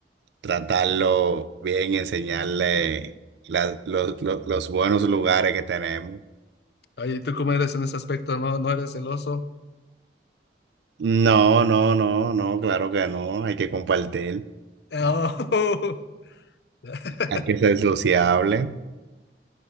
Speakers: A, on the right; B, on the left.
A: tratarlo bien y enseñarle la- los, los los buenos lugares que tenemos.
B: Oye, ¿y ¿tú cómo eres en ese aspecto? ¿No, no eres celoso?
A: No, no, no, no, claro que no, hay que compartir,
B: Oh. <laughs>
A: hay que ser sociable.